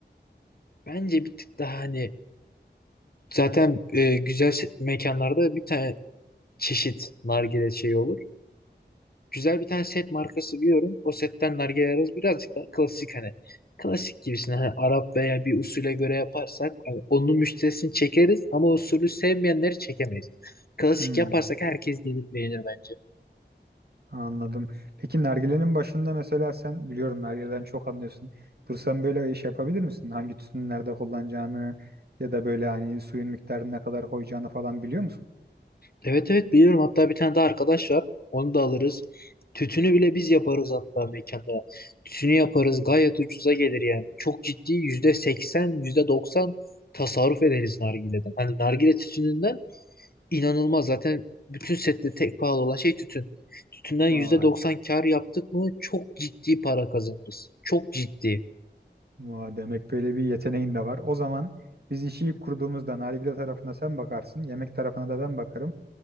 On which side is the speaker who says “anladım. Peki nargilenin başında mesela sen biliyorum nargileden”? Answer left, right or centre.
Right